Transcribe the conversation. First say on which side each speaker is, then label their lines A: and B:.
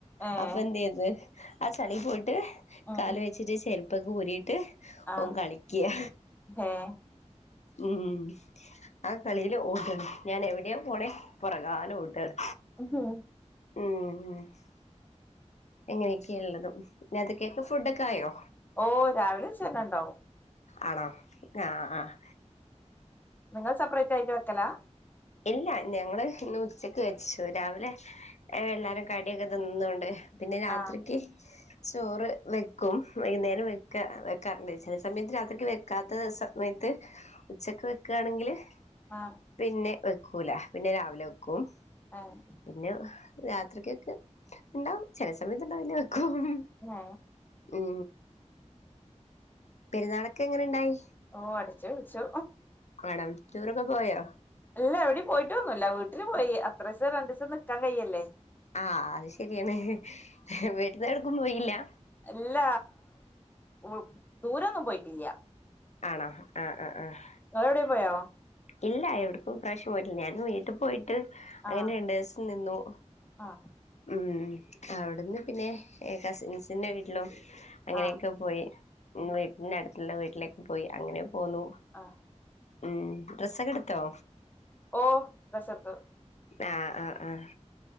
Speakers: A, on the left; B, on the left.
A: ഏഹ്
B: അപ്പൊ എന്ത് ചെയ്ത് ആ ചളി പോയിട്ട്
A: ഉം
B: കാല് വെച്ചിട്ട് ചേരു പ്പൊക്കെ ഊരിയിട്ട്
A: ആഹ്
B: ഓൻ കളിക്ക
A: ഏഹ്
B: ഉം ആ കളിയില് ഓടാണ് ഞാൻ എവിടെയാ പോണേ പുറകാലെ ഓടാണ്.
A: ഉം
B: ഉം ഇങ്ങനെയൊക്കെയ ഉള്ളത് ഹും രാത്രിത്തേക്കേക്ക് ഫുഡൊക്കെ ആയോ?
A: ഓഹ്‌ രാവിലെ വെച്ചെന്നെ ഉണ്ടാവും.
B: ആണോ ആഹ് ആഹ്‌ ആഹ്‌
A: നിങ്ങള് സപറേറ്ററയിറ്റ് വെക്കലാ
B: എല്ല ഞങ്ങള് ഇന്ന് ഉച്ചക്ക് വെച്ചു രാവ് ലെ എല്ലാരും കടിയൊക്കെ തിന്നോണ്ട് പിന്നെ രാത്രിക്ക്
A: ആഹ്
B: ചോറ് വെക്കും വൈകുന്നേരം വെക്ക വെക്കാറുണ്ട് ചെല സമയത്ത് രാത്രിക്ക് വെക്കാത്ത സമയത്ത് ഉച്ചക്ക് വെക്കാണങ്കില്
A: ആഹ്
B: പിന്നെ വെക്കൂല പിന്നെ രാവിലെ വെക്കും
A: ആഹ്
B: പിന്നെ രാത്രിക്യൊക്കെ ണ്ടാവും ചെല സമയത്ത്ണ്ടാവില്ല വെക്കും
A: ലേ
B: ഉം പെര്ന്നാളെക്കെ എങ്ങനെണ്ടായി
A: ഓ അടച്ച് പെൽച്ചു
B: മാഡം റ്റൂറൊക്കെ പോയോ
A: ഇല്ല എവിടിം പോയിട്ടൊന്നുല്ല വീട്ടില് പോയി അത്രേസം രണ്ടിസം നിക്കാൻ കയ്യെല്ലെ
B: ആഹ് അത് ശരിയാണ് ഹ് ഹ് വീട്ടിന്ന് എവ്ട്ക്കും പോയില്ലാ
A: ഇല്ല കുൾ ദൂരൊന്നും പോയിട്ടില്യ
B: ആണോ ആഹ് ആഹ് ആഹ്
A: വേറെ എവിടേം പോയോ
B: ഇല്ല എവിട്ക്കും ഇപ്രാശ്യം പോയിട്ടി ഞാനും വീട്ടും പോയിട്ട് അങ്ങനെ
A: ആഹ്
B: രണ്ടേസം നിന്നു
A: ആഹ്
B: ഉം അവ്ട്ന്ന് പിന്നെ എ കസിൻസിന്റെ വീട്ട്ലും അങ്ങനെയൊക്കെ
A: ആഹ്
B: പോയി ഉം
A: ആഹ്
B: വീട്ട്ന്റെ അട്ത്ത്ള്ള വീട്ടിലേക്ക് പോയി അങ്ങനെ പോന്നു
A: ആഹ്
B: ഉം ഡ്രസ്സക്കെട്ത്തോ
A: ഓ ഡ്രസ്സട്ത്തു
B: ആഹ് ആഹ് ആഹ്